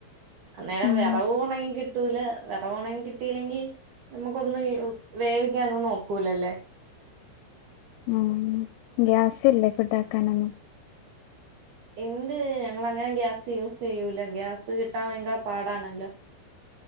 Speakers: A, on the right; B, on the left.
A: അന്നേരം
B: ഉം
A: വെറവും ഒണങ്ങി കി ട്ടൂല വെറവ് ഒണങ്ങി കിട്ടീലങ്കി നമുക്ക് ഒന്നും ഈ വേവിക്കാനൊന്നും ഒക്കൂലല്ലേ
B: ഉം ഗ്യാസില്ലേ ഫുഡ് ആക്കാനൊന്നും
A: ഇണ്ട് ഞങ്ങള് അങ്ങനെ ഗ്യാസ് യൂസ് ചെയ്യൂല ഗ്യാസ് കിട്ടാൻ ഭയങ്കര പാടാണല്ലോ